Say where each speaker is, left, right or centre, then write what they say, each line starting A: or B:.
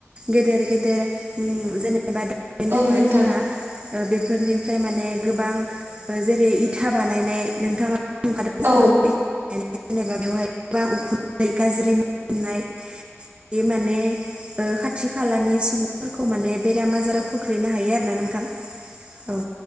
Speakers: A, on the right; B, on the right.
A: गेदेर गेदेर ओ जेनेबा दारिमिन
B: औ
A: दङो
B: नोंथां
A: जोंहा ओ बे फोरनिफ्राय माने गोबां जेरै इथा बानायनाय नोंथाङा नुखादों
B: औ
A: जानांगौ जेनेबा बेवहाय गोबां उखुै गाज्रि मोनामनाय बे माने ओ खाथि खालानि सुबुंफोरखौ माने बेराम आजाराव खोख्लैनो हायो आरोना नोंथां औ